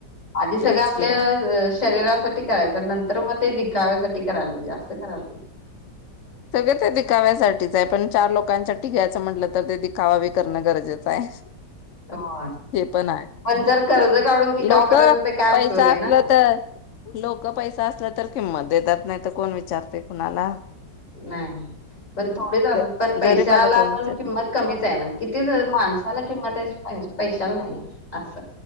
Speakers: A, on the left; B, on the left.
A: आधी सगळं
B: तेच
A: आपल्या
B: की
A: शरीरासाठी करायचं नंतर तर मग ते दिखाव्यासाठी कराल ते जास्त कराल ते.
B: सगळे ते दिखाव्यासाठीच आहे पण चार लोकांसाठी घ्यायचं म्हटलं तर ते दिखावा बी करणं गरजेचं आहे.
A: होय
B: हे पण आहे
A: जर कर्ज काढून दिखावा
B: लोक
A: करायला तर काय उपयोग
B: पैसा
A: आहे
B: असलं
A: ना
B: तर लोक पैसा असल्या तर किंमत देतात नाही तर कोण विचारतय कुणाला.
A: नाही पण थोडीच असत
B: ग
A: पण पैशाला
B: गरीबाला कोण
A: पण
B: विचारते
A: किंमत कमीच आहे ना कितीच माणसाला किंवा त्या पैशाला नाही असं.